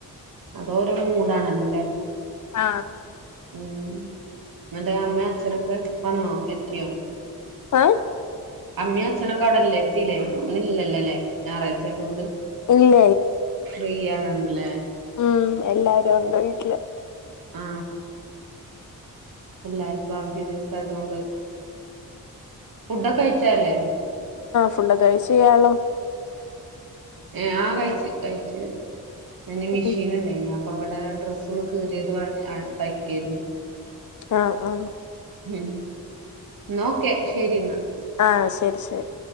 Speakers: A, on the right; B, on the left.
A: അതോരോ മൂടാണല്ലൊല്ലേ
B: ആ
A: മ്മ് ന്നട്ട് അമ്മേം അച്ഛനൊക്കെ വന്നോ എത്തിയോ
B: ഏ
A: അമ്മീം അച്ഛനൊക്കെ അവടല്ലേ എത്തീല്ലേ ഇന്ന്ല്ലല്ലോല്ലേ ഞാറായ്ചായതോണ്ട്
B: ഇല്ല
A: ഫ്രീയാണല്ലേ
B: മ്മ് എല്ലാരൊണ്ട് വീട്ടില്
A: ആ എല്ലാർക്കും അവധി ദിവസായതോണ്ട് ഫുഡൊക്കെ കഴിച്ചല്ലേ
B: ഫുഡൊകെ കയിച് ഇയാളൊ
A: ഏ ആ കഴിച്ച് കഴിച്ച് ഞാന് മെഷീൻ
B: ഉം
A: ഇണ്ടായീനി അപ് പ്പം ഇവടെ ഡ്രസ്സൊന്ന് കീറിയത് <unintelligible> ആഹ് തയ്ക്ക്യേര്ന്നു
B: ആഹ് ആഹ്
A: ഉം ന്നാഓക്കെ ശെരിന്നാ
B: ആഹ് ശരി ശരി